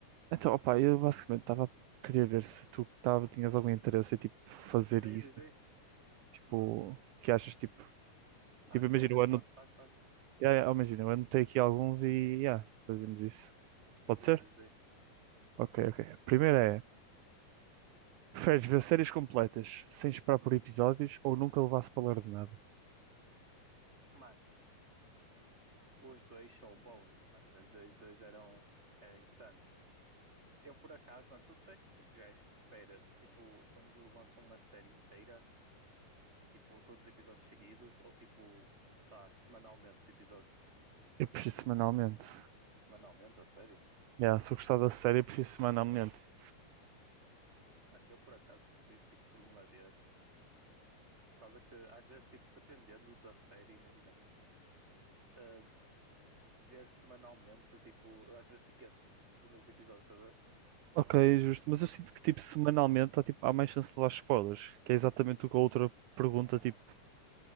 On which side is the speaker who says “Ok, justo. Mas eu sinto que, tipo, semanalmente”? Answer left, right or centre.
Right